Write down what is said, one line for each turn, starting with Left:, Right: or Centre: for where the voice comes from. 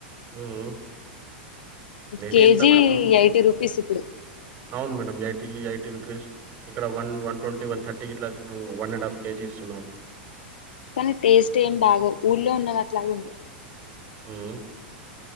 Right: ఊ ఊ మేబి
Left: కేజీ
Right: ఎంత మేడ
Left: ఎయిటీ రూపీస్ ఇప్పుడు
Right: అవును మేడం లేట్ ఈ ఎయిటీ రూపీస్ ఇక్కడ one one twenty one thirty ఇట్లా వన్ అండ్ హాఫ్ కేజీ ఇస్తున్నారు
Left: కానీ టేస్ట్ ఏం బాగోవ్ ఊళ్ళలో ఉన్నవి అట్లాగ ఉండదు
Right: హుమ్మ్